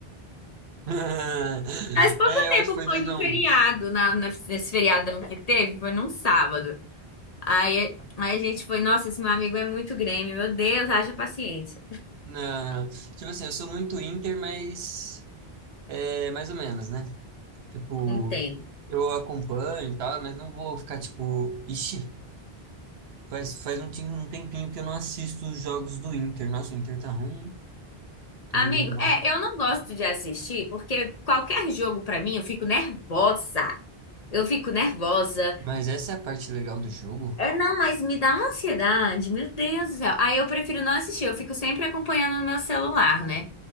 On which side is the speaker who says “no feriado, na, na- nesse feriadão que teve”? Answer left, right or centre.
Left